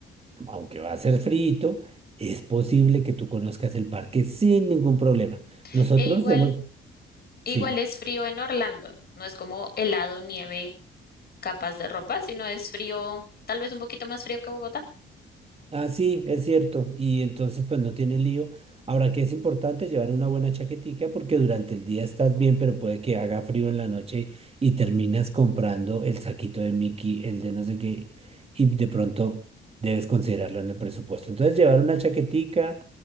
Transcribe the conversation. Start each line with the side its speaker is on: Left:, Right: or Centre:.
Right: aunque va a ser frío, es posible que tú conozcas el parque sin ningún problema.
Left: Mm.
Right: Nosotros
Left: E igual,
Right: hemos...
Left: igual
Right: Sí.
Left: es frío en Orlando, no es como helado, nieve, capas de ropa, sino es frío, tal vez un poquito más frío que Bogotá.
Right: Ah, sí, es cierto. Y entonces, pues no tiene lío. Ahora que es importante llevar una buena chaquetica porque durante el día estás bien, pero puede que haga frío en la noche y terminas comprando el saquito de Mickey, el de no sé qué, y de pronto debes considerarlo en el presupuesto. Entonces, llevar una chaquetica,